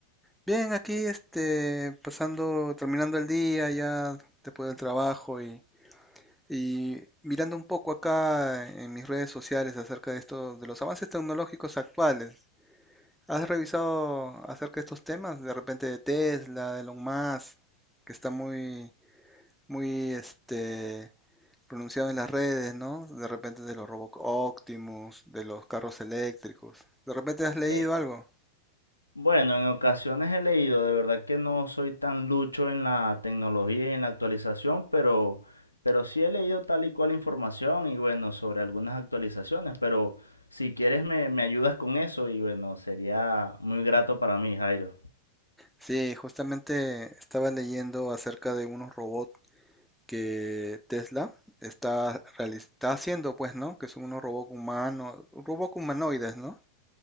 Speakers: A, in the centre; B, on the left.
A: Bien, aquí este, pasando, terminando el día ya después del trabajo y, y mirando un poco acá en mis redes sociales acerca de esto, de los avances tecnológicos actuales. ¿Has revisado acerca de estos temas? De repente de Tesla, de Elon Musk, que está muy, muy este, pronunciado en las redes, ¿no? De repente de los Robot Optimus, de los carros eléctricos. ¿De repente has leído
B: Sí,
A: algo?
B: Bueno, en ocasiones he leído, de verdad que no soy tan lucho en la tecnología y en la actualización, pero, pero sí he leído tal y cual información y bueno, sobre algunas actualizaciones, pero si quieres me, me ayudas con eso y bueno, sería muy grato para mí, Jairo.
A: Sí, justamente estaba leyendo acerca de unos robots que Tesla está, reali- está haciendo, pues, ¿no? Que son unos robots humanos, robots humanoides, ¿no?